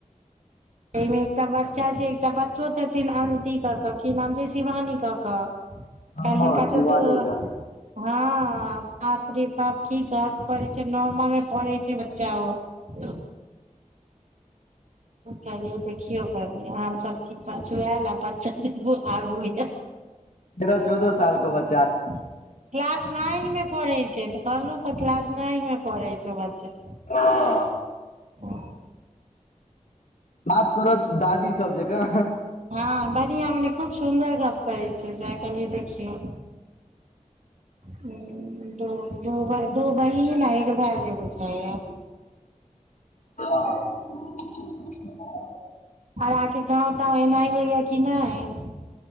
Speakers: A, on the right; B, on the left.
A: ओय मे एकटा बच्चा छै, एकटा बच्चो छथिन अनति क केऽ की नाम छीयै, शिवानी क केऽ।
B: हँ
A: काएल हुनका
B: शिवानी
A: से दू
B: झा
A: हां-हां बाप रे बाप की कहब पढ़य छै, नम्मा मे पढ़य छै बच्चा ओ। ह कहलियै देखियो खाली हम सब छी पछुऐल आ बच्चा देखू आगू यै।
B: तेरा चौदा साल के बच
A: क्लास नाइन मे पढ़य छै तऽ कहलौं तऽ क्लास नाइन मे पढ़य छै ओ बच्चा।
B: हां।
A: हां।
B: बात करत दादी सब जेका
A: हां बढ़िया मने खूब सुन्दर गप करय छै सैह कहलियै देखियौ। हुं दू-दू भाय दू बहिन एक भाय छै बुझाए यै।
B: हँ।
A: और अहाँके गाँव - ताँव एनाइ होइये कि नै?